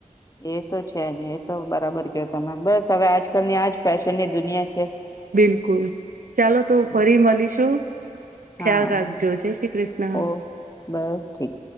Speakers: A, on the left; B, on the right.
A: એ તો છે ને એ તો બરાબર કયો તમે બસ હવે આજકાલ ની આજ ફેશન ની દુનિયા છે.
B: બિલકુલ, ચાલો તો ફરી મળીશું
A: હા
B: ખ્યાલ રાખજો જય શ્રી કૃષ્ણ.
A: ઓકે બસ ઠીક.